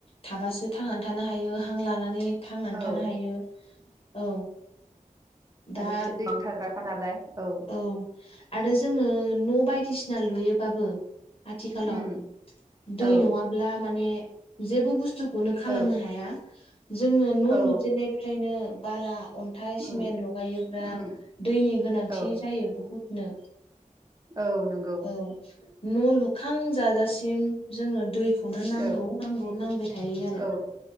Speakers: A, on the left; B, on the right.
A: थाबासो थांनानै थानो हायो हां लानानै थां
B: औ
A: थानो हायो औ
B: माने
A: दा
B: इसोर दैयावनो थाग्राखा नालाय औ।
A: औ आरो जोङो न बायदिसिना लुयोबाबो आथिखालाव
B: उम
A: दै
B: औ
A: नङाब्ला माने जेबो बुस्थु खौनो खालामनो
B: औ
A: हाया। जोङो न
B: औ
A: लुजेननायफ्रायनो बाला, अन्थाइ, सिमेन्ट
B: उम
A: लगायोब्ला
B: उम
A: दैनि गोनां
B: औ
A: <unintelligible> बुहुतनो
B: औ नं
A: औ न' लुखां जाजासिम जोंनो दैखौनो नांगौ
B: औ
A: नांगौ नांबाय थायो आरो।
B: औ